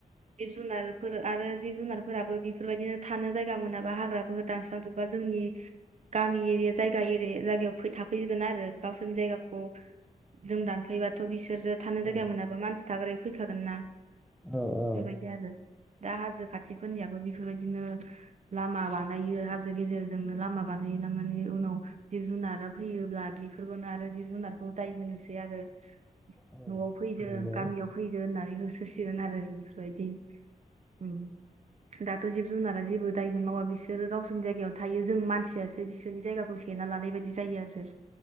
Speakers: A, on the right (about 55°); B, in the centre.
A: जिब जुनारफोर आरो जिब जुनारफोराबो बेफोरबायदिनो थानो जायगा मोनाबा हाग्राफोरखौ दानस्रां जोबोबा बा जोंनि गामि एरिया जायगा एरिया जायगायाव थाफैगोन आरो गावसोरनि जायगाखौ जों दानफैबाथ' बिसोरो थानो
B: औ
A: जायगा मोनाबा मानसि थाग्रायाव फैखागोन ना
B: औ
A: बेबायदि आरो दा हाजो खाथिफोरनियाबो बेफोरबायदिनो लामा बानायो हाजो गेजेरजोंनो लामा बा बानायहैलांनानै उनाव जिब जुनार फैयोब्ला बेफोरखौनो आरो जिब जुनारखौ दाय होनोसै आरो न'आव
B: औ
A: फैदो
B: नंगौ
A: गामियाव फैदो होननानै होसोसिगोन आरो बेबायदि उम दाथ' जिब जुनारा जेबो दायगोन मावा बिसोरो गावसोरनि जायगायावनो थायो जों मानसियासो बिसोरनि जायगाखौ से ना लानाय बायदि जायो आरो